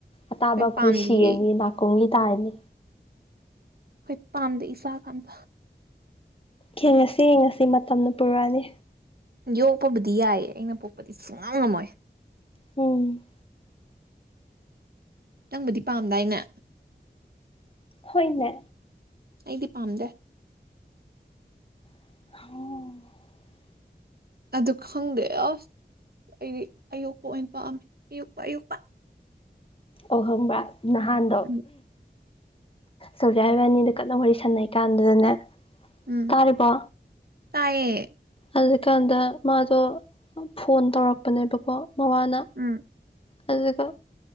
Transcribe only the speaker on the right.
ꯄꯥꯝꯗꯤꯌꯦ
ꯑꯩꯈꯣꯏ ꯄꯥꯝꯗꯦ ꯏꯁꯆꯥ ꯀꯝꯇ
ꯌꯣꯛꯄꯕꯨꯗꯤ ꯌꯥꯏꯌꯦ ꯑꯩꯅ ꯄꯣꯛꯄꯗꯤ ꯁꯉꯝ ꯉꯝꯃꯣꯏ
ꯅꯪꯕꯨꯗꯤ ꯄꯥꯝꯗꯥꯏꯅꯦ
ꯑꯩꯗꯤ ꯄꯥꯝꯗꯦ
ꯑꯗꯨ ꯈꯪꯗꯦꯁ ꯑꯩꯗꯤ ꯑꯌꯣꯛꯄ ꯑꯣꯏꯅ ꯄꯥꯝꯃꯦ ꯑꯌꯣꯛꯄ ꯑꯌꯛꯄ
ꯎꯝ
ꯎꯝ
ꯇꯌꯦ
ꯎꯝ